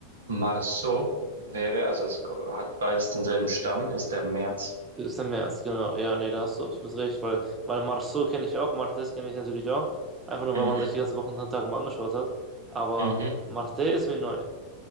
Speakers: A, on the right; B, on the right.
A: Marso wäre, also es ko- hat beides denselben Stamm, ist der März.
B: Ist der März, genau. Ja, nee, da hast du absolut recht, weil, weil Marceau kenne ich auch, Martes kenne ich natürlich auch. Einfach nur,
A: Mhm,
B: weil man sich die ganzen Wochen und Tage mal angeschaut hat. Aber
A: mhm,
B: Marte ist mir neu.